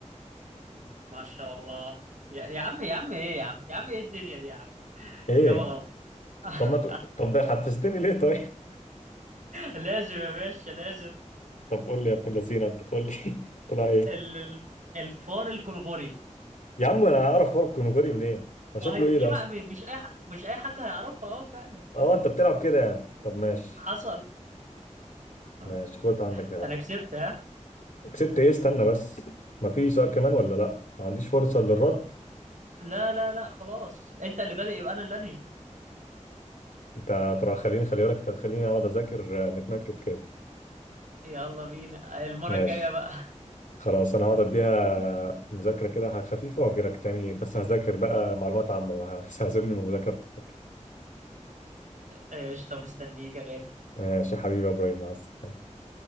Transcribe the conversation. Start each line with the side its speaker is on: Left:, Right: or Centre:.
Right: ما شاء الله يا... يا عم يا عم ايه يا عم يا عم ايه الدنيا دي يا عم
Left: ايه
Right: اجابة غلط <laughs>
Left: طب ما ت... طب حفزتني ليه طيب
Right: لازم يا باشا لازم
Left: <laughs> طب قول لي يا ابن اللذينه انت قول لي <laughs> طلع ايه
Right: ال... ال- الفار الكنغوري
Left: يا عم انا هعرف فرق كونغوري منين
Right: ما
Left: هو شكله
Right: هي دي
Left: ايه ده
Right: ما...
Left: اصلا
Right: مش اي ح... مش اي حد هيعرفها اه فعلا
Left: اه انت بتلعب كده يعني طب ماشي
Right: حصل آه.
Left: ماشي خد عندك ده بقى
Right: انا كسبت ها
Left: كسبت ايه استنى بس ما في سؤال كمان ولا لا ما عنديش فرصة للرد
Right: لا لا لا خلاص انت اللي بادئ يبقى انا اللي انهي
Left: انت ترى خليني خلي بالك انت هتخليني اقعد اذاكر آه، متنكد كده
Right: يلا بينا المرة
Left: ماشي
Right: الجاية بقى
Left: خلاص انا هقعد اديها مذاكرة كده خفيفة واجيلك تاني بس هذاكر بقى معلومات عامة ما هسيبني <laughs> من المذاكرة بتاعتي
Right: <laughs> قشطة مستنيك يا غالي
Left: ماشي يا حبيبي يا ابراهيم مع السلامة